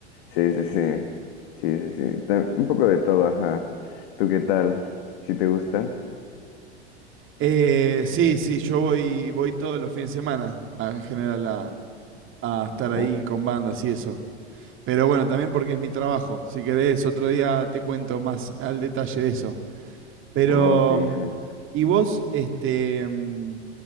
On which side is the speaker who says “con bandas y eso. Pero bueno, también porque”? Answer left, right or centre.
Right